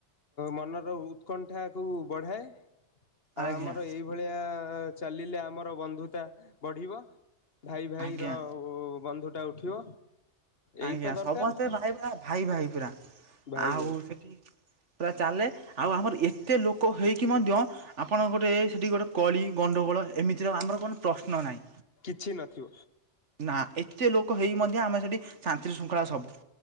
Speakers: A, on the left; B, on the right.
A: ମନର ଉତ୍କଣ୍ଠା କୁ ବଢ଼ାଏ। ଆଉ
B: ଆଜ୍ଞା
A: ଆମର ଏଇଭଳିଆ ଚାଲିଲେ ଆମର ବନ୍ଧୁତା ବଢ଼ିବ। ଭାଇ ଭାଇ
B: ଆଜ୍ଞା
A: ର ଓ ବନ୍ଧୁ ଟା ଉଠିବ
B: ଆଜ୍ଞା
A: ଏଇ ତ ଦର
B: ସମସ୍ତେ ଭାଇ ପା ଭାଇ ଭାଇ ପୁରା
A: ଭାଇ
B: ଆଉ
A: ଭାଇ
B: ପୁରା ଚାଲେ ଆଉ ଆମର ଏତେ ଲୋକ ହେଇକି ମଧ୍ୟ ଆପଣ ଗୋଟେ ସେଠି ଗୋଟେ କଳି ଗଣ୍ଡଗୋଳ ଏମିତିର ଆମର <unintelligible> ପ୍ରଶ୍ନ ନାହିଁ
A: କିଛି ନଥିବ।
B: ନା ଏତେ ଲୋକ ହେଇ ମଧ୍ୟ ଆମେ ସେଠି ଶାନ୍ତି ଶୃଙ୍ଖଳା ସବୁ।